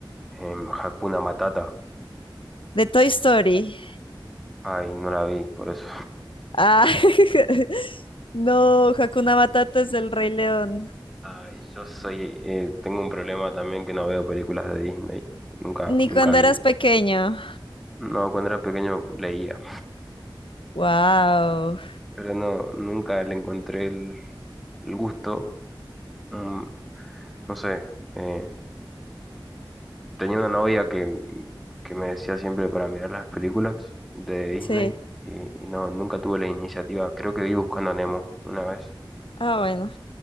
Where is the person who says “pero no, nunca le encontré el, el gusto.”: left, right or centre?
Centre